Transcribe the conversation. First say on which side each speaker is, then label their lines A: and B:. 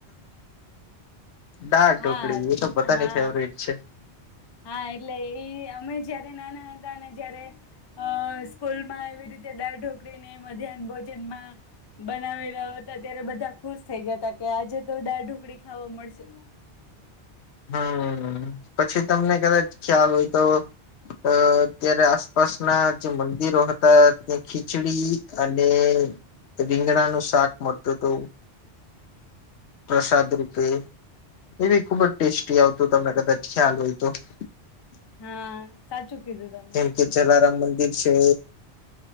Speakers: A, on the left; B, on the left.
A: દાળ
B: હા
A: ઢોકળી એ તો બધાની
B: હા
A: ફેવરીટ છે.
B: હા એટલે ઈ અમે જ્યારે નાના હતાં તને જ્યારે સ્કૂલમાં એવી રીતે દાળ ઢોકળી ને મધ્યાહન ભોજનમાં બનાવી રહ્યા હતા ત્યારે બધા ખુશ થઈ જતા કે આજે તો દાળ ઢોકળી ખાવા મળશે.
A: હમ પછી તમને કદાચ ખ્યાલ હોય તો અ અત્યારે આસપાસના જે મંદિરો હતા ત્યા ખી ખીચડી અને રીંગણા નું શાક મળતું તું <inaudible> પ્રસાદ રૂપે એવી ખુબ જ ટેસ્ટી આવતું તમને કદાચ ખ્યાલ હોય તો,? <unintelligible>
B: હા સાચું કીધું તમે
A: કેમ કે જલારામ મંદિર છે.